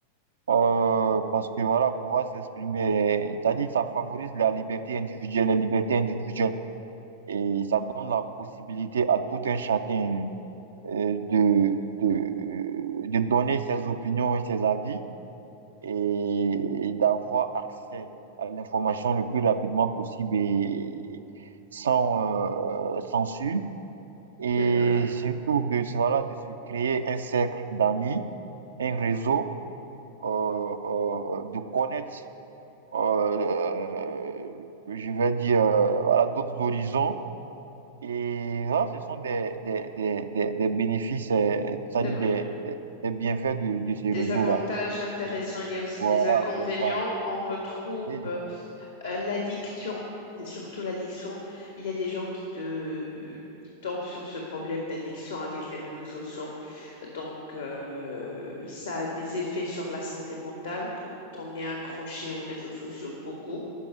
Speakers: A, on the right (about 70°); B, on the left (about 70°).
A: euh,
B: Mhm.
A: parce que voilà, pouvoir s'exprimer, euh, c'est-à-dire ça favorise la liberté individuelle, la liberté individuelle et ça donne la possibilité à tout un chacun euh, de, de, de donner ses opinions et ses avis et, et d'avoir accès à l'information le plus rapidement possible et sans euh, censure. Et
B: C'est vrai,
A: surtout de, voilà, de se créer un cercle d'amis, un réseau, euh, euh, de connaître, euh, je vais dire, euh, voilà, d'autres horizons. Et voilà, ce sont des, des, des, des, des bénéfices, euh, c'est-à-dire
B: c'est vrai.
A: des, des, des bienfaits de, de ce
B: des
A: réseau-là.
B: avantages intéressants, il y a aussi
A: Voilà,
B: des inconvénients.
A: c'est ça.
B: On retrouve
A: Et
B: euh, l'addiction. C'est surtout l'addiction. Il y a des gens qui, de... qui tombent sur ce problème d'addiction avec les réseaux sociaux. Donc, euh, ça a des effets sur la santé mentale quand on est accroché aux réseaux sociaux beaucoup